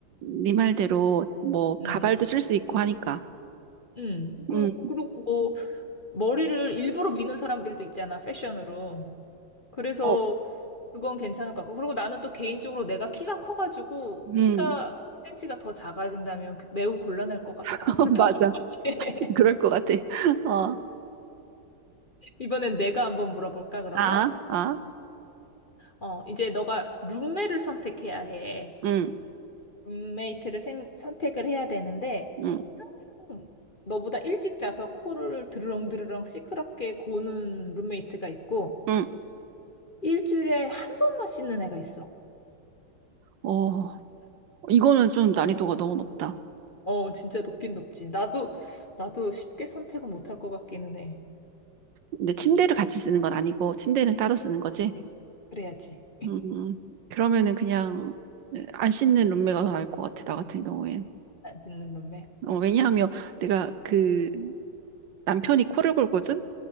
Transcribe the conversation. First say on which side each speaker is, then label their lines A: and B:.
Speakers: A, on the right (about 75°); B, on the left (about 35°).
A: 네 말대로 뭐
B: 음,
A: 가발도 쓸 수 있고 하니까.
B: 응. 그,
A: 음,
B: 그리고 뭐, 머리를 일부러 미는 사람들도 있잖아, 패션으로. 그래서
A: 어,
B: 그건 괜찮을 것 같고. 그리고 나는 또 개인적으로 내가 키가 커가지고 키가
A: 음,
B: 센치가더 작아진다면 그 매우 곤란할 것 같아.
A: <laughs>
B: 불편할
A: 맞아.
B: 것 같아. <laughs>
A: 그럴 것 같아. 어,
B: 이번엔 내가 한번 물어볼까, 그러면?
A: 아, 아,
B: 어, 이제 너가 룸메를 선택해야 해.
A: 음,
B: 룸메이트를 생- 선택을 해야 되는데,
A: 음,
B: 음, 너보다 일찍 자서 코를 드르렁드르렁 시끄럽게 고는 룸메이트가 있고,
A: 음.
B: 일주일에 한 번만 씻는 애가 있어.
A: 어, 이거는 좀 난이도가 너무 높다.
B: 어, 진짜 높긴 높지. 나도, 나도 쉽게 선택은 못할 것 같기는 해.
A: 근데 침대를 같이 쓰는 건 아니고 침대는 따로 쓰는 거지.
B: 그치. 그래야지.
A: 음, 그러면은 그냥 안 씻는 룸메가 더 나을 것 같아. 나 같은 경우엔.
B: 안 짓는 놈매.
A: 어, 왜냐하면 내가 그 남편이 코를 골거든?